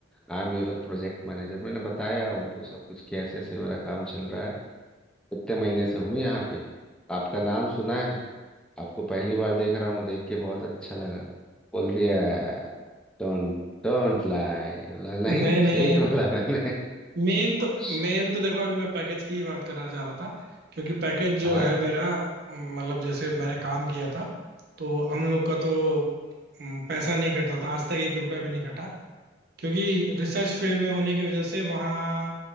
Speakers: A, in the centre; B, on the right (about 55°).
A: I am your project manager मैंने बताया उनको सब कुछ कि ऐसे ऐसे मेरा काम चल रहा है कितने महीने से हूँ यहाँ पे आपका नाम सुना है आपको पहली बार देख रहा हूँ देख के बहुत अच्छा लगा बोल दिया डोंट डोंट लाई बोला नहीं
B: नहीं नहीं
A: सही बोला मैंने
B: मेन तो
A: <laughs>
B: मेन तो देखो अभी मैं पैकेज की ही बात करना चाह रहा था क्योंकि पैकेज जो
A: हाँ
B: है मेरा मतलब जैसे मैंने काम किया था तो हम लोग का तो हम्म, पैसा नहीं कटता था आज तक एक रुपया भी नहीं कटा क्योंकि रिसर्च फील्ड में होने की वजह से वहाँ